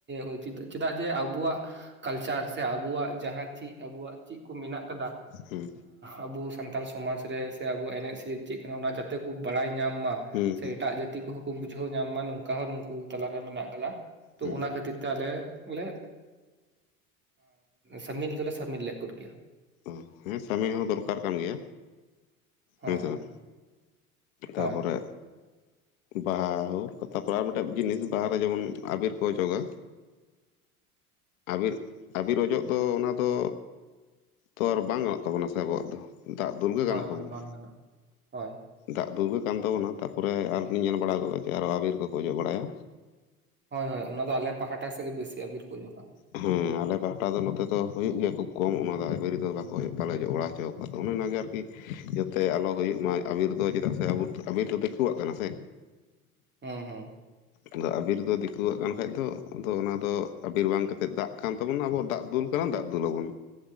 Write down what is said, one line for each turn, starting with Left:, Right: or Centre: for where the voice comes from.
Right: ᱩ ᱪᱮᱫᱟᱜ ᱡᱮ ᱟᱵᱚᱣᱟᱜ ᱠᱟᱞᱪᱟᱨ ᱥᱮ ᱟᱵᱚᱣᱟᱜ ᱡᱟᱦᱟᱸ ᱪᱮᱫ ᱟᱵᱚᱣᱟᱜ ᱪᱮᱫ ᱠᱚ ᱢᱮᱱᱟᱜ ᱟᱠᱟᱫᱟ,
Left: ᱦᱮᱸ
Right: ᱟᱵᱩ ᱥᱟᱱᱛᱟᱞ ᱥᱚᱢᱟᱡᱽ ᱨᱮ ᱥᱮ ᱟᱵᱚᱣᱟᱜ ᱮᱱᱮᱡ - ᱥᱮᱨᱮᱧ ᱪᱮᱫ ᱠᱟᱱᱟ ᱚᱱᱟ ᱡᱟᱛᱮ ᱠᱚ ᱵᱟᱲᱟᱭ ᱧᱟᱢ ᱢᱟ
Left: ᱦᱮᱸ
Right: ᱥᱮ
Left: ᱦᱮᱸ
Right: ᱮᱴᱟᱜ ᱡᱟᱹᱛᱤ ᱠᱚᱦᱚᱸ ᱠᱚ ᱵᱩᱡᱷᱟᱹᱣ ᱧᱟᱢ ᱢᱟ ᱱᱚᱝᱠᱟ ᱦᱚᱸ ᱱᱩᱠᱩ ᱛᱟᱞᱞᱟᱟᱨᱮ ᱢᱮᱱᱟᱜ ᱠᱟᱫᱟ᱾ ᱛᱚ
Left: ᱦᱮᱸ
Right: ᱚᱱᱟ ᱠᱷᱟᱛᱤᱨ ᱛᱮ ᱟᱞᱮ ᱵᱚᱞᱮ ᱥᱟᱢᱤᱞ ᱫᱚᱞᱮ ᱥᱟᱹᱢᱤᱞ ᱫᱚ ᱞᱮ ᱥᱟᱹᱢᱤᱞ ᱞᱮᱫ ᱠᱚᱫ ᱠᱮᱭᱟ᱾
Left: ᱚ ᱦᱮᱸ ᱥᱟᱹᱢᱤᱞ ᱦᱚᱸ ᱫᱚᱨᱠᱟᱨ ᱠᱟᱱ ᱜᱮᱭᱟ
Right: ᱦᱳᱭ
Left: ᱦᱮᱸ ᱥᱮ
Right: ᱦᱳᱭ
Left: ᱵᱟᱝ
Right: ᱦᱳᱭ
Left: ᱛᱟᱯᱚᱨᱮ
Right: <inaudible>
Left: ᱵᱟᱦᱟ ᱦᱳᱠ ᱛᱟᱨᱯᱚᱨ ᱟᱨ ᱢᱤᱫᱴᱮᱱ ᱡᱤᱱᱤᱥ ᱵᱟᱦᱟᱨᱮ ᱡᱮᱢᱚᱱ ᱟᱵᱮᱨ ᱠᱚ ᱚᱡᱚᱜᱟ
Right: <inaudible>
Left: ᱟᱹᱵᱤᱨ, ᱟᱵᱤᱨ ᱚᱡᱚᱜ ᱫᱚ ᱚᱱᱟ ᱫᱚ ᱛᱚ ᱟᱨ ᱵᱟᱝ ᱜᱟᱱᱚᱜ ᱛᱟᱵᱚᱱᱟ ᱥᱮ ᱟᱵᱚᱣᱟᱜ ᱫᱚ᱾ ᱫᱟᱜ ᱫᱩᱞ ᱜᱮ
Right: ᱦᱳᱭ
Left: ᱜᱟᱱᱚᱜ ᱛᱟᱵᱚᱱᱟ
Right: ᱦᱳᱭ ᱵᱟᱝ ᱜᱟᱱᱚᱜᱼᱟ ᱦᱳᱭ
Left: ᱫᱟᱜ ᱫᱩᱞ ᱜᱮ᱾ ᱠᱟᱱ ᱛᱟᱵᱚᱱᱟ ᱛᱟᱨᱯᱚᱨᱮ ᱟᱨᱦᱚ ᱞᱤᱧ ᱧᱮᱞ ᱵᱟᱲᱟ ᱟᱠᱟᱫᱟ ᱡᱮ ᱟᱨᱦᱚ ᱟᱵᱤᱨ ᱠᱚᱠᱚ ᱚᱡᱚᱜ ᱵᱟᱲᱟᱭᱟ᱾
Right: ᱦᱳᱭ ᱦᱳᱭ ᱚᱱᱟ ᱫᱚ ᱟᱞᱮ ᱯᱟᱦᱴᱟ ᱥᱮᱫ ᱜᱮ ᱵᱮᱥᱤ ᱟᱵᱤᱨ ᱠᱚᱠᱚ ᱚᱡᱚᱜ-ᱟ᱾
Left: ᱦᱮᱸ ᱟᱞᱮ ᱯᱟᱦᱴᱟ ᱫᱚ ᱱᱚᱛᱮ ᱫᱚ ᱦᱩᱭᱩᱜ ᱜᱮᱭᱟ ᱠᱷᱩᱵ ᱠᱚᱢ ᱚᱱᱟ ᱵᱟᱠᱳ ᱵᱟᱞᱮ ᱚᱡᱚᱜ ᱵᱟᱲᱟ ᱦᱚᱪᱚ ᱠᱚᱣᱟ ᱚᱱᱮ ᱚᱱᱟᱜᱮ ᱟᱨᱠᱤ ᱡᱟᱛᱮ ᱟᱞᱚ ᱦᱩᱭᱩᱜ ᱢᱟ ᱟᱵᱤᱨ ᱫᱚ ᱪᱮᱫᱟᱜ ᱥᱮ ᱟᱵᱚ ᱟᱵᱤᱨ ᱫᱚ ᱫᱤᱠᱩᱣᱟᱜ ᱠᱟᱱᱟ ᱥᱮ
Right: ᱦᱮᱸ ᱦᱮᱸ
Left: ᱟᱫᱚ ᱟᱵᱤᱨ ᱫᱚ ᱫᱤᱠᱩᱣᱟᱜ ᱠᱟᱱ ᱠᱷᱟᱡ ᱫᱚ ᱟᱫᱚ ᱚᱱᱟᱫᱚ ᱟᱵᱤᱨ ᱵᱟᱝ ᱠᱟᱛᱮᱜ ᱫᱟᱜ ᱠᱟᱱ ᱛᱟᱵᱚᱱᱟ ᱟᱵᱚᱣᱟᱜ ᱫᱟᱜ ᱫᱩᱞ ᱠᱟᱱᱟ ᱫᱟᱜ ᱫᱩᱞ ᱟᱵᱚᱱ